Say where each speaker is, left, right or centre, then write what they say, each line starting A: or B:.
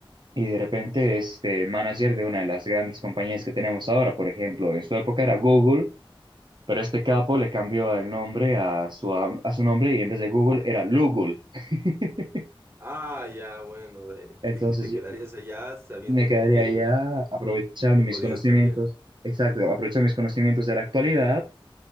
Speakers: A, on the right; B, on the right.
A: y de repente es este, manager de una de las grandes compañías que tenemos ahora, por ejemplo, en su época era Google, pero este capo le cambió el nombre a su, a su nombre y en vez de Google era Lugul. <laughs>
B: Ah, ya, bueno, de- te,
A: Entonces
B: <laughs> te
A: yo
B: quedarías allá sabiendo
A: me quedaría
B: que,
A: allá aprovechando
B: que
A: mis
B: podías
A: conocimientos,
B: cambiar.
A: exacto, aprovechando mis conocimientos de la actualidad